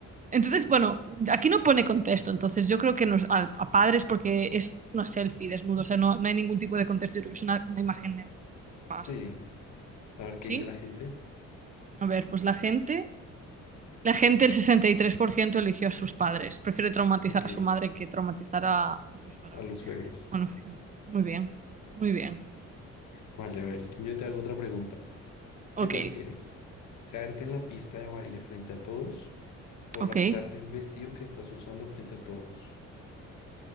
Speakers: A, on the right; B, on the left.
A: Entonces, bueno, aquí no pone contexto, entonces yo creo que nos, a, a padres porque es una selfie desnudo, o sea, no, no hay ningún tipo de contexto, yo creo que es una, una imagen neutra más.
B: Sí, a ver qué
A: ¿Sí?
B: dice la gente.
A: A ver, pues la gente, la gente, el 63% eligió a sus padres, prefiere traumatizar
B: Ok,
A: a su madre que traumatizar a, a su suegra.
B: a los suegros.
A: Bueno, en fin, muy bien, muy bien.
B: Vale, a ver, yo te hago otra pregunta.
A: Ok,
B: ¿Qué prefieres? ¿Caerte en la pista de baile frente a todos o
A: ok.
B: rasgarte el vestido que estás usando frente a todos?